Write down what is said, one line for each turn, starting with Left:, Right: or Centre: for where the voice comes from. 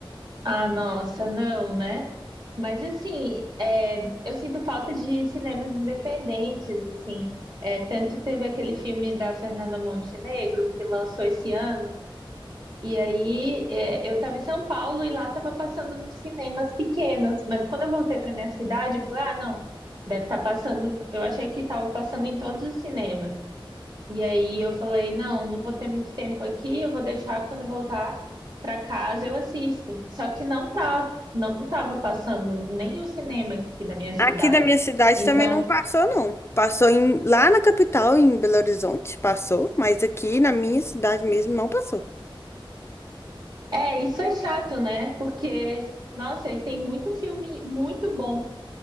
Right: Ah, nossa, não, né? Mas assim, é, eu sinto falta de cinemas independentes, assim. É, tanto teve aquele filme da Fernanda Montenegro que lançou esse ano. E aí, é, eu estava em São Paulo e lá estava passando nos cinemas pequenos. Mas quando eu voltei para minha cidade, eu falei: ah, não, deve estar passando. Eu achei que estava passando em todos os cinemas. E aí eu falei: não, não vou ter muito tempo aqui, eu vou deixar quando eu voltar para casa eu assisto. Só que não tá, não estava passando nem o cinema aqui na minha cidade.
Left: Aqui da minha cidade
Right: Então,
Left: também não passou, não. Passou em, lá na capital, em Belo Horizonte, passou, mas aqui na minha cidade mesmo não passou.
Right: é, isso é chato, né? Porque, nossa, aí tem muito filme muito bom